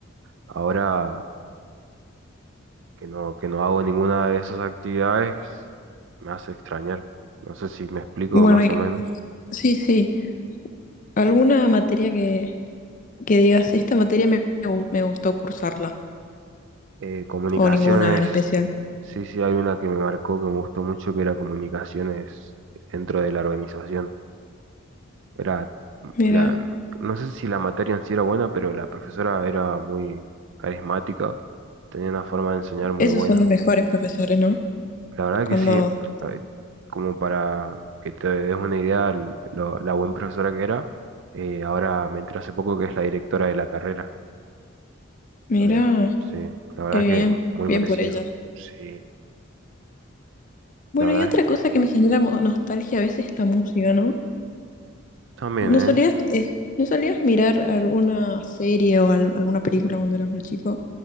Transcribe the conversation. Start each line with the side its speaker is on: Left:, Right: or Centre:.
Right: ahora que no, que no hago ninguna de esas actividades, me hace extrañar. No sé si me explico
Left: Bueno,
Right: más
Left: y-
Right: o menos.
Left: sí, sí. ¿Alguna materia que, que digas, esta materia me, me gu- me gustó cursarla?
Right: Eh, comunicaciones,
Left: ¿O ninguna en especial?
Right: sí, sí, hay una que me marcó que me gustó mucho, que era comunicaciones dentro de la organización. Era,
Left: Mira.
Right: la, no sé si la materia en sí era buena, pero la profesora era muy carismática, tenía una forma de enseñar muy
Left: Esos
Right: buena.
Left: son los mejores profesores, ¿no?
Right: La verdad
Left: Cuando,
Right: que sí, eh, como para que te des una idea lo- la buena profesora que era, eh, ahora me entré hace poco que es la directora de la carrera.
Left: mira,
Right: Eh, sí, la verdad
Left: qué bien,
Right: que muy
Left: bien
Right: merecido.
Left: por ellos.
Right: Sí,
Left: Bueno,
Right: la verdad
Left: y otra
Right: es que
Left: cosa que me genera mo- nostalgia a veces es la música, ¿no?
Right: también,
Left: ¿No
Right: ¿eh?
Left: solías, eh, no solías mirar alguna serie o al- alguna película cuando eras más chico?